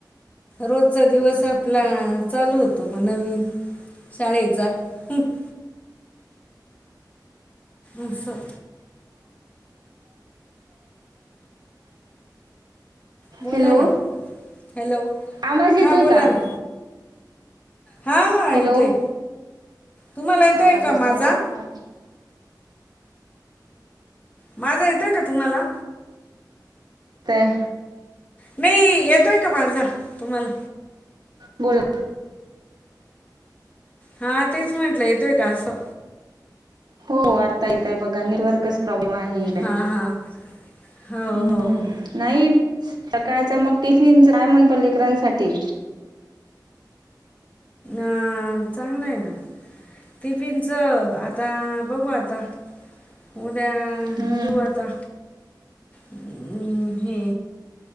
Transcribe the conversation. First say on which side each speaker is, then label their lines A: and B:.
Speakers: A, on the left; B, on the right.
A: रोजचां दिवस आपला चालू होतो म नवीन. शाळेचा <inaudible> अशं बोला
B: हॅलो
A: ना हॅलो
B: आवाज येतोयं
A: हां बोला
B: का?
A: ना हां हां
B: हॅलो
A: येतोय, तुम्हाला येतोय
B: आवाजच
A: का माझा?
B: <inaudible>
A: माझा येतोय का तुम्हाला?
B: तें
A: नयी येतोयं का माझा तुम्हाला?
B: बोला.
A: हां तेच म्हंटलं येतोयं का असं?
B: हों आत्ता येतयं बघा निवर्कस प्रोब्लेम आहे काय?
A: हां हां हो
B: हुं.
A: हो हो.
B: नाईटस् सकाळच मग, टिफिनच काय म्हणतो लेकरांसाठी?
A: आं चांगलंयं ना टिफिनच आता बघू आता उद्या
B: हम्म
A: देऊ आता. उ हे